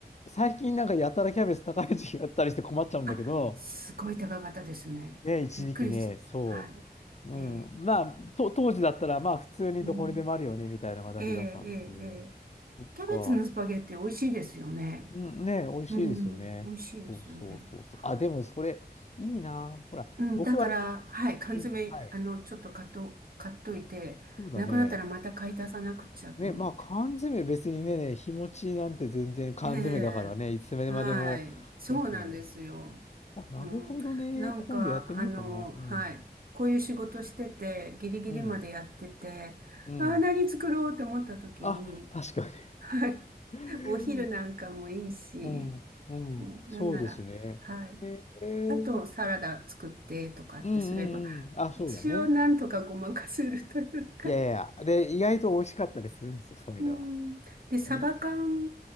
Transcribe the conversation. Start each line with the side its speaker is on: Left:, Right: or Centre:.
Left: あ、最近なんかやたらキャベツ高い時期があったりして困っちゃうんだけど、
Right: あ、すごい高かったですね。
Left: ね、一時期ね、
Right: びっくりし、
Left: そ
Right: はい。
Left: う、うん、
Right: ええ、
Left: まあ、と、当時だったら、まあ、普通にどこにでもあるよね、
Right: うん、
Left: みたいな形だったんですけどね。
Right: ええ、ええ、ええ
Left: そっ
Right: キャベツのスパゲッティ美味しいですよね。
Left: か、うん、ね、美味しいですよね。
Right: うん、美味しいですよね。
Left: そうそうそうそう。
Right: は
Left: あ、でもそれ、いいな。ほら、
Right: い。うん、
Left: 僕割と、
Right: だから、はい、缶詰、
Left: うん、はい、
Right: あの、ちょっと買っと、買っといて、
Left: そうだね。
Right: なくなったらまた買い足さなくっちゃと思って。
Left: ね、まあ缶詰別にね、日持ちなんて全然缶詰だからね、
Right: ええ、
Left: いつまでも持つものだし。
Right: はい、そうなんですよ。
Left: あ、なるほどね。
Right: うん、なんか、
Left: 今度やってみようかな。
Right: あの、はい、
Left: うん。
Right: こういう仕事してて、ギリギリまでやってて、
Left: うん。うん。
Right: ああ、何作ろうと思った時に、
Left: あ、確か
Right: はい、
Left: に。
Right: <laughs> お昼なんかもいいし、
Left: <laughs> うん。うん。
Right: もう、
Left: そうですね。
Right: なんなら、はい、
Left: えー、
Right: あと、サラダ作ってとかってすれば、
Left: うんうんうん。あ、そうだね。
Right: 一応なんとかごまかせるというか
Left: いやいやいや。で、意外と美味しかったりするんですよ、そういうのが。
Right: うん。で、サバ缶
Left: ね。